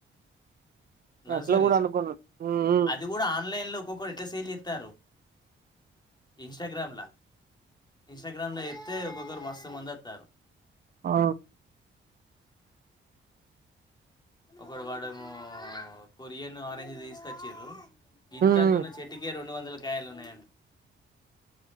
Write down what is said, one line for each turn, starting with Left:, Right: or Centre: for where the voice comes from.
Left: నర్సరీస్
Right: అట్లా కూడా అనుకున్నా హ్మ్ హ్మ్
Left: అది కూడా ఆన్లైన్ లో ఒక్కొక్కరు ఎట్టలా సేల్ ఇస్తారు ఇంస్టాగ్రామ్లా ఇంస్టాగ్రామ్ లో చెప్తే ఒక్కొక్కరు మస్తు మందస్తారు
Right: ఆ
Left: ఒకడు వాడేమో కొరియన్ ఆరెంజ్ తీసుకొచ్చారు ఇంతంతన్న
Right: హ్మ్ హ్మ్.
Left: చెట్కే రెండు వందల కాయలున్నా